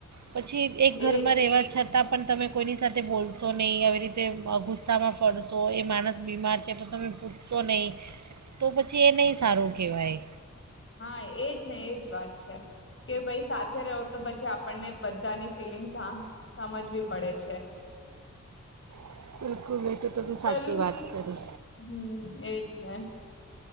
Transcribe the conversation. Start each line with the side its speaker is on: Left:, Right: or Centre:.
Right: પછી એક ઘરમાં
Left: એજ
Right: રહેવા છત છતાં પણ તમે કોઈની સાથે બોલશો નહીં આવી રીતે ગુસ્સામાં ફરશો એ માણસ બીમાર છે. એ તો તમે પૂછશો નહીં તો પછી એ નહીં સારું કહેવાય.
Left: હા એજ ને એજ વાત છે. કે ભાઈ સાથે રહ્યા તો પછી આપણને બધાની ફિલિંગસ સહ સમજવી પડે છે.
Right: <unintelligible> તમે
Left: પર
Right: સાચી વાત કરી
Left: હામ એજ ને.